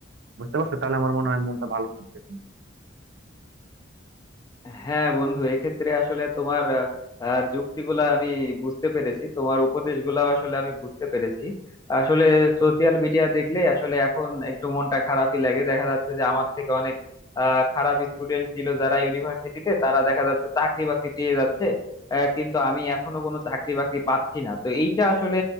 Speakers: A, on the right (about 60°); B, on the left (about 20°).
A: বুঝতে পারছো তাহলে আমার মনে হয় মনটা ভালো থাকবে তোমার।
B: হ্যাঁ বন্ধু এক্ষেত্রে আসলে তোমার আহ, আহ, যুক্তিগুলা আমি বুঝতে পেরেছি তোমার উপদেশগুলা আসলে আমি বুঝতে পেরেছি আসলে সোশিয়াল মিডিয়া দেখলে আসলে এখন একটু মনটা খারাপই লাগে দেখা যাচ্ছে যে আমার থেকে অনেক আহ, খারাপ স্টুডেন্ট ছিল যারা ইউনিভার্সিটিতে তারা দেখা যাচ্ছে চাকরি বাকরি পেয়ে যাচ্ছে আহ, কিন্তু আমি এখনো কোনো চাকরি বাকরি পাচ্ছি না তো এইটা আসলে